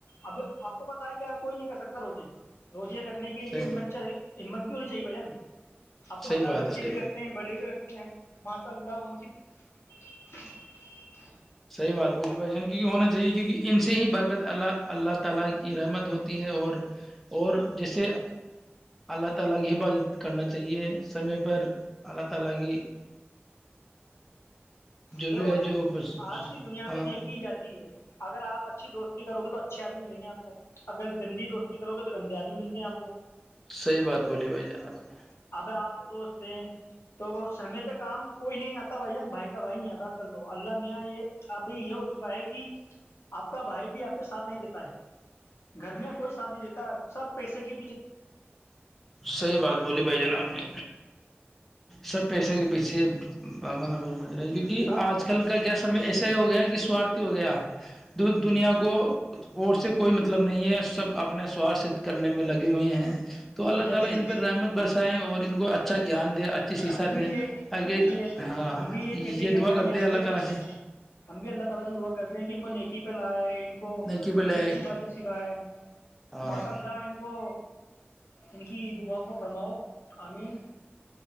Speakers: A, on the left; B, in the centre.
A: اب آپ کو پتا ہے کہ کوئی نہیں کر سکتا رو جے روجے ر کرنے کے لیے
B: صحیح
A: مچا ہت بھی ہونی چاہیے بھائین <unintelligible> آپ
B: صحیح
A: کو پتا
B: بات
A: بچے
B: ہے صحیح
A: بھی
B: بات
A: رکھتے
B: ہے
A: ہیں بڑے بھی رکھتے ہیں ماں اللہ ان کی <unintelligible>
B: <inaudible> جو
A: دیکھو
B: بھی
A: بھائی
B: ہے
A: جان
B: جو بس
A: آج کی دنیا میں
B: ہاں
A: نہیں کی جاتی ہے اگر آپ اچھی دوست <unintelligible> کرو گے تو اچھے آدمی مل گے آپ کو اگر گندی دوستی کروے تو گندے آدمی ملتے ہیں آپ کو
B: صحی بات بولی بھائی جان آپ نے
A: اب آپ کے دوست ہیں تو سمے پہ کام کوئی نہیں آتا بھائی جان بھائی کا بھائی نہیں آتا آج کل تو اللہ میاں یہ اب یہ ہو چکا ہے کہ آپ کا بھائی بھی آپ کے ساتھ نہیں دیتا ہے گھر میں کوئی شادی دیتا سب <unintelligible> پیسے کی
B: صحی بات بولی بھائی جان آپ نے سب پیسے کے پیچھے رہے کیونکہ
A: سب
B: آج کل کا کیا سمے ایسا ہی ہو گیا ہے کہ سوارتھی ہو گیا دودھ <unintelligible> دنیا کو اور سے کوئی مطلب نہیں ہے سب آپ اپنے سوار سھت کرنے میں لگے ہوئے ہیں تو اللہ
A: جدید
B: تعالی ان پہ رحمت برسائے اور ان کو اچھا گیان دے اچھی شکشا
A: ہم بھی
B: دے
A: یہ
B: تاکہ
A: ہم بھی یہ
B: ہاں
A: ہم بھی یہی
B: یہ
A: کہتے ہیں کہ اللہ
B: دعا کرتے
A: میاں
B: ہیں
A: سے
B: تعالی
A: ہم بھی اللہ تعالی سے دعا کرتے ہیں کہ ان کو نیکی <unintelligible> کو
B: نہیں کہ بولے
A: اچھی اچھی باتیں سکھائے
B: ہاں
A: ماشاء اللہ ان کو ان کی دعا کو فرماؤ آمین